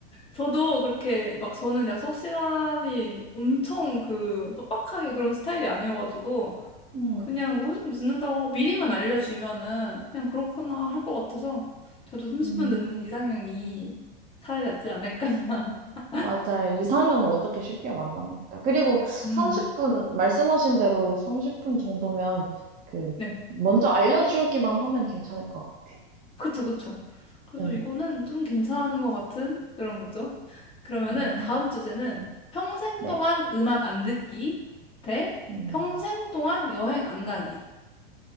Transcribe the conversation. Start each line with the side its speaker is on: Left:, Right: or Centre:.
Left: 저도 그렇게 막 저는 약속 시간이 엄청 그 빡빡하게 그런 스타일이 아니어가지고
Right: 음,
Left: 그냥 뭐 30분 늦는다고 하고 미리만 알려주면은 그냥 그렇구나 할 것 같아서 저도 30분
Right: 음.
Left: 늦는 이상형이 차라리 낫지 않을까. <laughs>
Right: 맞아요. 이상형을 어떻게 쉽게 만납니까? 그리고
Left: 음,
Right: 30분, 말씀하신 대로 30분 정도면 그,
Left: 네.
Right: 먼저 알려주기만 하면 괜찮을 것 같아요.
Left: 그쵸, 그쵸. 그래서
Right: 네.
Left: 이거는 좀 괜찮은 것 같은 그런 거죠. 그러면은
Right: 음,
Left: 다음 주제는
Right: 네.
Left: 평생
Right: 네.
Left: 동안 음악 안 듣기 대
Right: 음.
Left: 평생 동안 여행 안 가기.